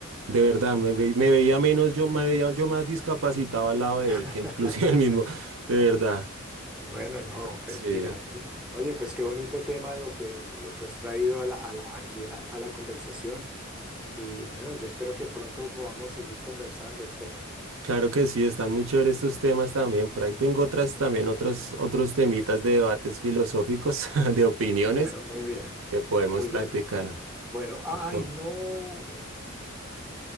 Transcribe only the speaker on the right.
De verdad, me, ve- me veía menos, yo me veía yo más discapacitado al lado de
él que inclusive <laughs> el mismo. De verdad.
Sí.
Claro que sí, están muy chéveres estos temas también. Por ahí tengo otras también, otros, otros temitas de debates filosóficos, <laughs> de opiniones
que podemos
practicar.
Listo.